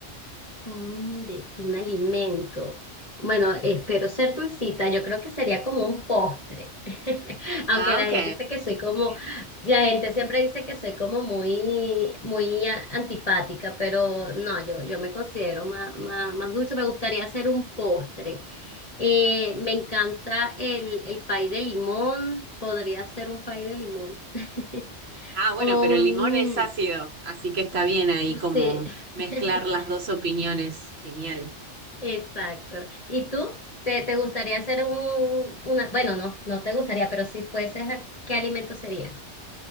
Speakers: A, on the left (about 30°); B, on the right (about 60°).
A: Mm, de un alimento. Bueno, espero ser dulcita. Yo creo que sería como un postre. <laughs> Aunque
B: Ah,
A: la
B: ok.
A: gente dice que soy como, la gente siempre dice que soy como muy, muy a- antipática, pero no, yo, yo me considero más, más, más dulce. Me gustaría hacer un postre. Eh, me encanta el, el pay de limón. Podría ser un pay de limón. <laughs>
B: Ah, bueno,
A: O
B: pero
A: un,
B: el limón es ácido, así que está bien ahí como
A: sí.
B: mezclar
A: <laughs>
B: las dos opiniones. Genial.
A: Exacto. ¿Y tú? ¿Te, te gustaría hacer un, una, bueno, no, no te gustaría, pero si fueses, ¿a ¿qué alimento serías?